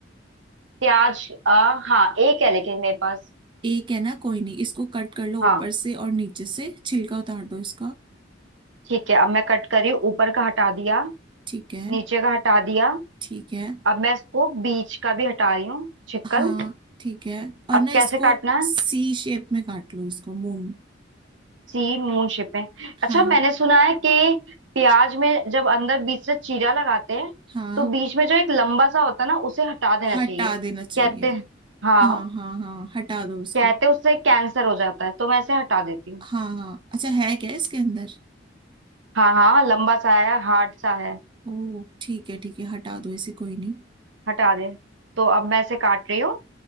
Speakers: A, on the right; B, on the right.
A: प्याज आ, हाँ एक है लेकिन मेरे पास
B: एक है ना कोई नहीं इसको कट कर लो
A: हाँ
B: ऊपर से और नीचे से छिलका उतार दो इसका
A: ठीक है अब मैं कट करी ऊपर का हटा दिया
B: ठीक है
A: नीचे का हटा दिया
B: ठीक है
A: अब मैं इसको बीच का भी हटा रही हूँ छिकल
B: हाँ ठीक है और
A: अब
B: ना
A: कैसे
B: इसको
A: काटना है
B: सी शेप में काट लो इसको मून
A: सी मून शेप में
B: हाँ
A: अच्छा मैंने सुना है कि प्याज में जब अंदर बीच से चीरा लगाते हैं
B: हाँ
A: तो बीच में जो एक लंबा सा होता है ना उसे हटा देना
B: हटा
A: चाहिए
B: देना चाहिए
A: कहते हैं हाँ
B: हाँ हाँ हाँ हटा दो उसको
A: कहते हैं उससे कैंसर हो जाता है तो मैं इसे हटा देती हूँ
B: हाँ हाँ अच्छा है क्या इसके अंदर
A: हाँ हाँ लंबा सा है हार्ड सा है
B: ओ ठीक है ठीक है हटा दो इसे कोई नहीं
A: हटा दे तो अब मैं इसे काट रही हूँ